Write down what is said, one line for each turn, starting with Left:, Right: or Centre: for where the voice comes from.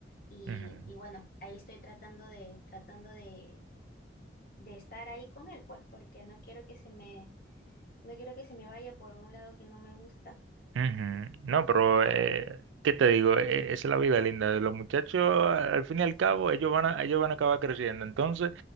Left: Y,
Right: ujú.
Left: y bueno, ahí estoy tratando de, tratando de, de estar ahí con él, pues, porque no quiero que se me, no quiero que se me vaya por un lado que no me gusta.
Right: Ujú. No, pero eh, ¿qué te digo? Eh, esa es la vida linda de los muchachos. Al fin y al cabo, ellos van a, ellos van a acabar creciendo. Entonces,